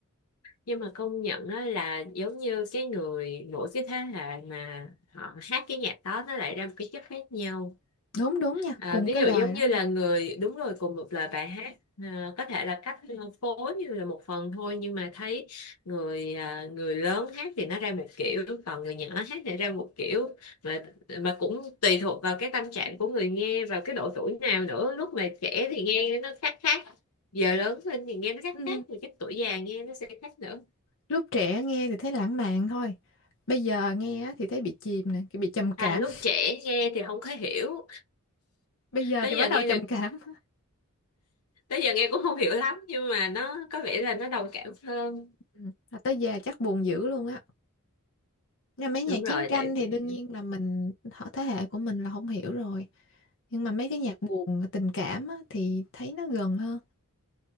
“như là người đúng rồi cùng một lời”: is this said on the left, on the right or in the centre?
Left